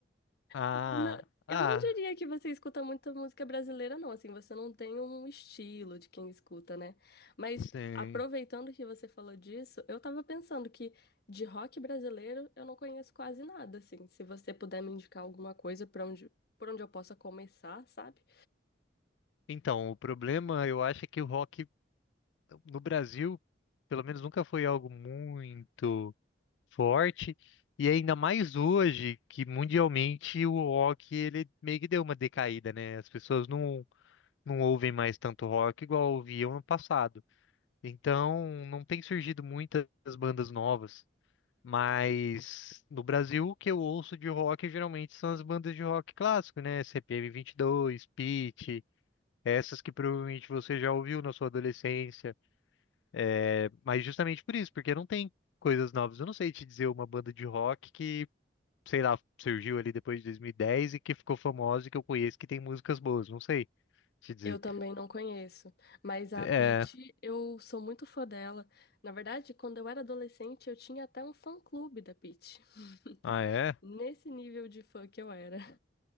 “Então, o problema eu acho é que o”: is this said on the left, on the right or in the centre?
Left